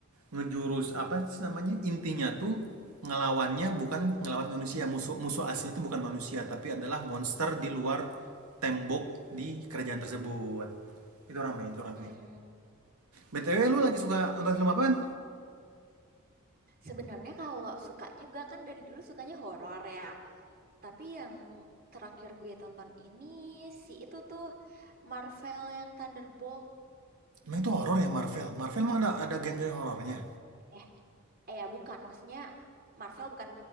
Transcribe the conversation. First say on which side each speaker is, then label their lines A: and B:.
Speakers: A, on the right; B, on the right.
A: ngejurus apa sih namanya? Intinya tuh ngelawannya bukan ngelawan manusia. Musuh musuh aslinya itu bukan manusia, tapi adalah monster di luar tembok di kerajaan tersebut. Itu rame, itu rame.
B: Hmm, mm,
A: BTW
B: mm,
A: lu
B: mm.
A: lagi suka nonton film apaan?
B: Sebenarnya kalau sukanya gue kan dari dulu sukanya horor ya. Tapi yang terakhir gue tonton ini si itu tuh Marvel yang Thunderbolt.
A: Emang itu horor ya Marvel? Marvel emang ada ada genre horornya?
B: Eh, eh ya bukan maksudnya Marvel bukan